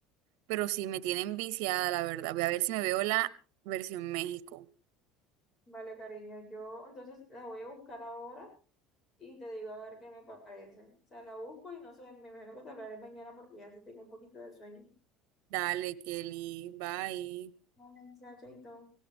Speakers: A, on the right; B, on the left.
A: pero sí me tienen viciada, la verdad. Voy a ver si me veo la versión México.
B: Vale, cariño, yo entonces la voy a buscar ahora. y te digo a ver qué me parece. O sea, la busco y no sé, me imagino que te hablaré mañana porque ya sí tengo un poquito de sueño.
A: Dale, Kelly, bye.
B: Hola, Isa, chaito.